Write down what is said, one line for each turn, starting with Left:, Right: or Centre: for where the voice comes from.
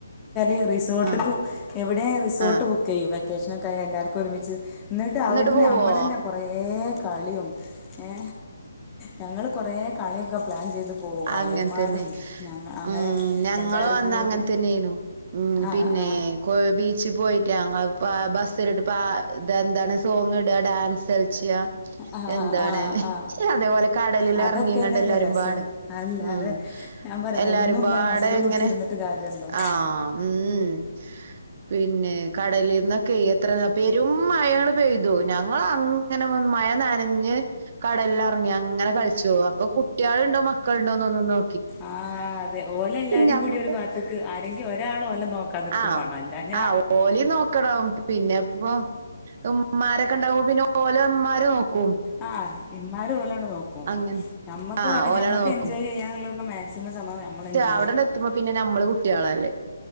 Left: ഈ റിസോർട്ട്ക്കും
Right: ആഹ്
Left: എവിടെ റിസോർട്ട്
Right: ആഹ്
Left: ബുക്കെയ്യും വെക്കേഷൻ ഒക്കെ ആയ എല്ലാര്ക്കും ഒരുമിച്ച് ന്നിട്ട്
Right: എന്നിട്ട്
Left: അവ്ട്ന്ന്
Right: പോവോ
Left: അമ്മളെന്നെ കൊറേ കളിയും ഏ ഞങ്ങള് കൊറേ കളിയൊക്കെ പ്ലാൻ ചെയ്ത് പോവും
Right: അങ്ങൻ
Left: അളിയന്മാരും
Right: തന്നെ
Left: ഞങ്ങൾ അങ്ങനെ
Right: ഉം നങ്ങളു
Left: എല്ലാവരും
Right: അന്ന്
Left: കൂടി
Right: അങ്ങൻ തന്നെനു ഉം
Left: ആ
Right: പിന്നെ
Left: ആ
Right: ഏ കോയ് ബീച്ചി പോയി ട്ട് ഞങ്ങൾ ഇപ്പാ ആ ബസ്സിലിട്ട് പാ തെന്താണ് സോങ്ങ്ടാ ഡാൻസ്ൾ ച്ചാ
Left: ആ
Right: എന്താണ്
Left: ആ ആ
Right: ഇ അതേ പോലെ കടലിൽ
Left: അതൊക്കെ
Right: അർങ്ങി
Left: തന്നെയല്ലേ
Right: കാണ്ട് എല്ലാരും
Left: രസം
Right: പാടെ
Left: അല്ലാതെ
Right: ഉം
Left: ഞാൻ പറയാ
Right: എല്ലാരും
Left: എന്നും
Right: പാടെ
Left: ഇങ്ങനെ മസ്‌ലും
Right: ഇങ്ങനെ
Left: പുട്ച്ച് ഇര്ന്ന്ട്ട് കാര്യണ്ടോ
Right: ആഹ് ഉം പിന്നെ കടലിന്നൊക്കെയ് എത്ര <unintelligible> പെരും മഴയാണ്ട് പെയ്തു ഞങ്ങൾ അങ്ങനെ വന്ന് മഴ നനഞ്ഞ് കടൽ അറങ്ങി അങ്ങ് ങ്ങനെ കൾച്ചു അപ്പൊ കുട്ടിയാൾ ഇണ്ട് മക്കൾ ഇണ്ടോന്നൊന്നും നോ
Left: ആ അതെ ഓലെ എല്ലാരിം
Right: ഞമ്മക്ക്
Left: കൂടി ഒര് ബാത്ത്ക്ക് ആരെങ്കി ഒരാൾ ഓലെ നോക്കാൻ നിക്കും
Right: ആഹ്
Left: മാണം അല്ലാ
Right: ആ ഓലിം നോക്കണം പിന്നെപ്പൊ ഉമ്മാരൊക്കെ ഇണ്ടാവുമ്പോ പിന്നെ ഓലെ മ്മാര് നോക്കും
Left: ആ ഇമ്മാര് ഓലെ ആണ്ട് നോക്കും
Right: അങ്ങനെ
Left: ഞമ്മക്ക്
Right: ആഹ്
Left: പറയാ
Right: ഓലാണ്
Left: ഞമ്മക്ക്
Right: നോക്കും
Left: എൻജോയ് ചെയ്യാന്ള്ളൊര്ണം മാക്സിമം സമ ഞമ്മൾ എൻജോ
Right: അവിടോട്ട് എത്തുമ്പോ പിന്നെ നമ്മള് കുട്ടികളല്ലേ